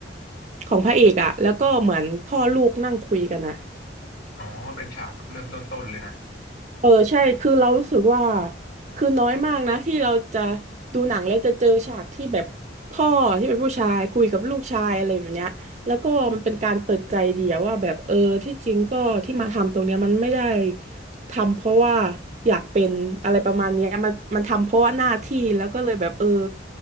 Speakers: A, on the right (about 40°); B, on the left (about 80°).
A: ของพระเอกอะ แล้วก็เหมือนพ่อลูกนั่งคุยกันอะ
B: อ๋อเป็นฉากเริ่มต้นๆเลยนะ
A: เออใช่คือเรารู้สึกว่าคือน้อยมากนะที่เราจะดูหนังแล้วจะเจอฉากที่แบบพ่อที่เป็นผู้ชายคุยกับลูกชายอะไรแบบเนี้ยแล้วก็มันเป็นการเปิดใจเดียวว่าแบบเออที่จริงก็ที่มาทำตรงเนี้ยมันไม่ได้ ทำเพราะว่าอยากเป็นอะไรประมาณเนี้ยมันมันทำเพราะว่าหน้าที่แล้วก็เลยแบบเออ